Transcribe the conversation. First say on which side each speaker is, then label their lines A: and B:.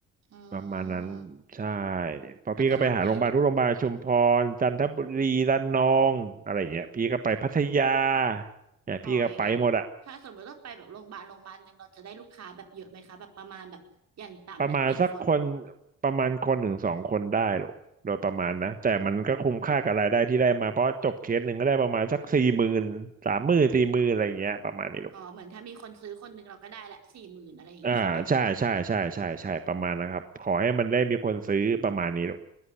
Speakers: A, on the right; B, on the right.
A: อืม
B: ประมาณนั้นใช่เพอพี่ก็ไปหาโรงพยาบาลทุกโรงพยาบาลชุมพรจันทบุรีระนองอะไรอย่างเงี้ยพี่ก็ไปพัทยา
A: แล้วก็ทำพี
B: เนี่ยพี่ก็ไปหมดอะ
A: อ๋ออย่างเงี้ยถ้าสมมติว่าไปแบบโรงพยาบาลโรงพยาบาลหนึ่งเราจะได้ลูกค้าแบบเยอะไหมคะแบบประมาณแบบอย่างต่ำเนี่ยกี่คน
B: ประมาณสักคนประมาณคนหนึ่งสองคนได้หรอกโดยประมาณนะแต่มันก็คุ้มค่ากับรายได้ที่ได้มาเพราะจบเคสหนึ่งก็ได้ประมาณสักสี่หมื่นสามหมื่นสี่หมื่นอะไรอย่างเงี้ยประมาณนี้หรอก
A: อ๋อเหมือนถ้ามีคนซื้อคนหนึ่งเราก็ได้ละสี่หมื่นอะไรอย่างงี้ใช่ไหม
B: อ่าใช่ใช่ใช่ใช่ใช่ประมาณนะครับขอให้มันได้มีคนซื้อประมาณนี้หรอก